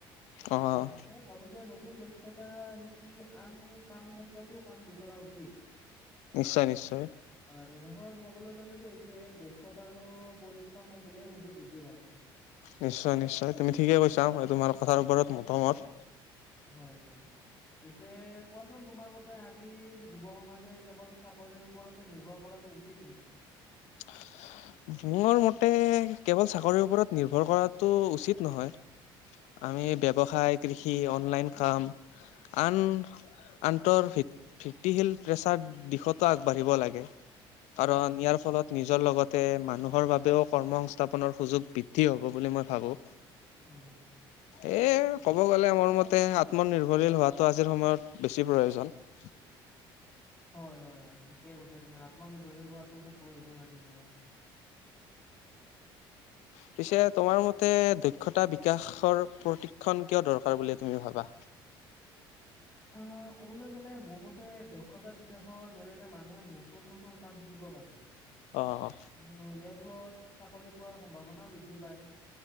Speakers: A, on the left; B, on the left.
A: অ',
B: আৰু ম‌ই ভাবো যে ন নতুন দক্ষতা শিকি আন কামৰ ক্ষেত্ৰতো কাম বিচৰা উচিত
A: নিশ্চয়-নিশ্চয়
B: আৰু শেষত কবলৈ গ'লে যে এইটোৱেই দক্ষতা আৰু পৰিশ্ৰম থাকিলে সুযোগ বৃদ্ধি পায়।
A: নিশ্চয়-নিশ্চয় তুমি ঠিকে কৈছা তোমাৰ কথাৰ ওপৰত মতামত
B: হয়-হয় পিছে কোৱাচোন তোমাৰ মতে আজিৰ যুৱ সমাজে কেৱল চাকৰিৰ ওপৰতে নিৰ্ভৰ কৰা উচিত নেকি?
A: <unintelligible> মোৰ মতে কেৱল চাকৰিৰ ওপৰত নিৰ্ভৰ কৰাটো উচিত নহয় আমি ব্যৱসায় কৃষি অনলাইন কাম আন আন্তৰ ভিত্তি-ভিত্তিশীল প্ৰেছাৰ দিশতো আগবাঢ়িব লাগে
B: হয়
A: কাৰণ
B: হয় হয়।
A: ইয়াৰ ফলত নিজৰ লগত তে মানুহৰ বাবেও কৰ্ম সংস্থাপনৰ সুযোগ বৃদ্ধি হ'ব বুলি মই ভাবোঁ
B: উম,
A: এই ক'ব গ'লে মোৰ মতে আত্মনিৰ্ভৰশীল হোৱাটো আজিৰ সময়ত বেছি প্ৰয়োজন <unintelligible>
B: <unintelligible> হয়-হয়-হয় ঠিকেই কৈছা তুমি আত্মনিৰ্ভৰশীল হোৱাটো খুব প্ৰয়োজন আজিৰ দিনত <unintelligible>
A: পিছে তোমাৰ মতে দক্ষতা বিকাশৰ প্ৰতিক্ষন কিয় দৰকাৰ বুলি তুমি ভাবা?
B: অ অ ক'বলৈ গলে মোৰ মতে দক্ষতা বিকাশৰ জৰিয়তে মানুহে নতুন-নতুন কাম শিকিব পাৰে
A: অ'
B: আৰু ইয়াৰ ফলত চাকৰি পোৱাৰ সম্ভাৱনাও বৃদ্ধি পায়।